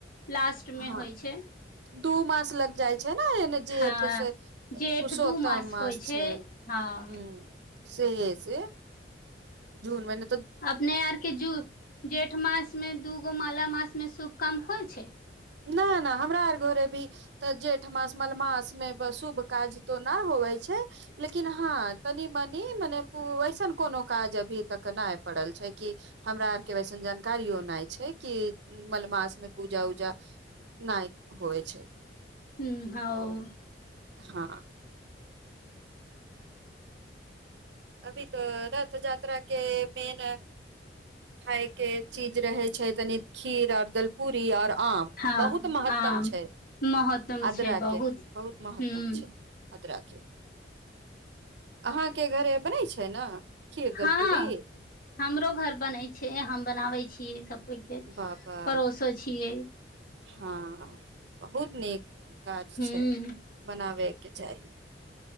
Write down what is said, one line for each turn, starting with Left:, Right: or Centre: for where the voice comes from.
Left: लास्टमे
Right: हँ
Left: होइ छै
Right: दू मास लग जाइ छै ने एन जेठ
Left: हँ
Right: सँ पुरुषोत्तम
Left: जेठ दू
Right: मास
Left: होइ
Right: छै हूँ
Left: हँ
Right: से से जून मे न
Left: अपने आर के जू जेठ मास मे दूगो माला मास मे शुभ काम होइ छै
Right: नहि नहि हमरा आर घोरे भी तऽ जेठमास मलमासमे शुभ काज त न होवै छै लेकिन हँ तनी मनी मने वैसन कोनो काज अभी तक नहि पड़ल छै कि हमरा आर के वैसन जानकारियो नहि छै कि मलमास मे पूजा उजा जा नहि होइ छै
Left: हूँ आ
Right: हँ अभी तऽ रथ यात्रा के मेन खायके चीज रहै छै तनी खीर आओर दलपूरी आओर आ
Left: हँ
Right: बहुत महत्तम
Left: आम
Right: छै
Left: महत्तम
Right: अदरा
Left: छै
Right: के बहुत महत्तम
Left: हूँ
Right: छै आदरा के अहाँ के घरे बनै छै ने खीर दलपूरी
Left: हँ हमरो घर बनै छै हम बनाबै छियै सब
Right: बाबा
Left: पड़ोसो छियै
Right: हँ बहुत नीक काज
Left: हूँ
Right: छै बनाबे के चाही